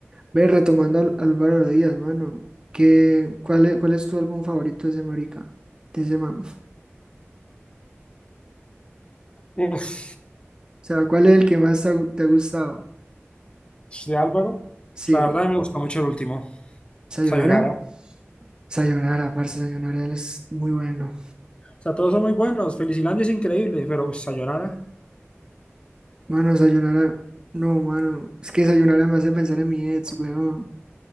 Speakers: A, on the right (about 20°); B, on the left (about 25°).
A: Ve, retomando al Álvaro Díaz, mano. ¿Qué, cuál es, cuál es tu álbum favorito de ese marica? De ese man. O
B: Uf.
A: sea, ¿cuál es el que más te ha, te ha gustado?
B: de Álvaro.
A: Sí.
B: La verdad, me gusta mucho el último,
A: ¿Sayonara?
B: Sayonara. O
A: Sayonara, parce, Sayonara él es muy bueno.
B: sea, todos son muy buenos. Felicilandia es increíble, pero uy, Sayonara.
A: Mano, Sayonara. No, mano. Es que Sayonara me hace pensar en mi ex, weón.